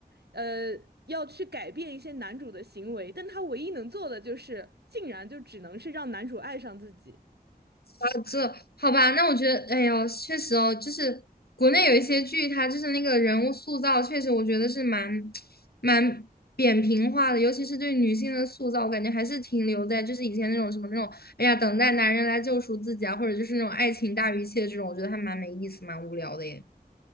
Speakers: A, on the right; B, on the left.
A: 呃，要去改变一些男主的行为，但他唯一能做的就是，竟然就只能是让男主爱上自己。
B: 哦这好吧，那我觉得，哎呦，确实哦，就是国内有一些剧，它就是那个人物塑造，确实我觉得是蛮 <tsk> 蛮扁平化的，尤其是对女性的塑造，我感觉还是停留在就是以前那种什么那种，哎呀，等待男人来救赎自己啊，或者就是那种爱情大于一切这种，我觉得还蛮没意思，蛮无聊的耶。